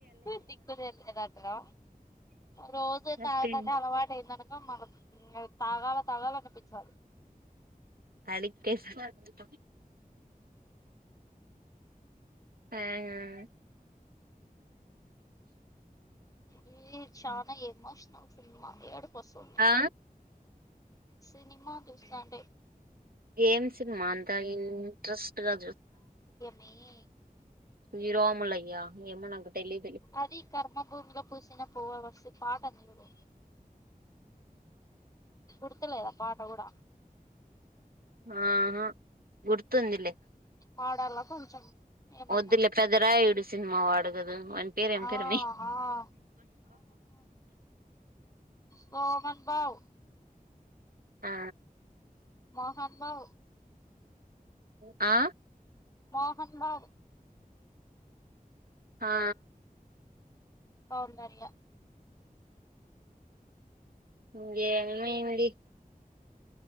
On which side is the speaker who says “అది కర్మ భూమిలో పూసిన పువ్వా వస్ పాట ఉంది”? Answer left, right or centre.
Left